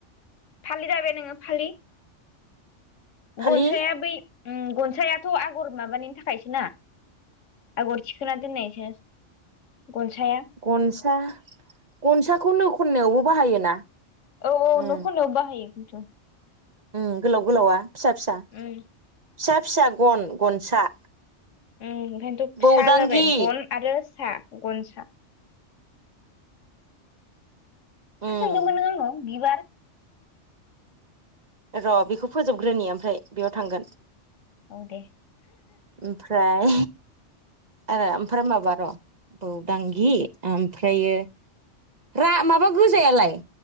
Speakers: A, on the left; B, on the right.
A: फालि दाबाय नोङो फालि
B: फालि
A: गनसाया बै उम गनसायाथ' आगर माबानि थाखायसो ना। आगर थिखोना दोननायसो गनसाया।
B: गनसा गनसाखौ नो खननायावबो बाहायोना।
A: औ औ
B: उम
A: नो खननायावबो बाहायो खिन्थु।
B: उम गोलाव गोलावा फिसा फिसा
A: उम
B: फिसा फिसा गन गनसा।
A: उम ओंखायनथ'
B: बौदांगि
A: फिसा जाबाय गन आरो सा गनसा। मा
B: उम
A: सोंदोंमोन नों आंनाव बिबार।
B: र' बेखौ फोजोबग्रोनि आमफ्राय बेयाव थांगोन।
A: औ दे।
B: फ्राय आरो आमफ्राय माबा र' बौदांगि आमफ्रायो रा माबा गोजायालाय।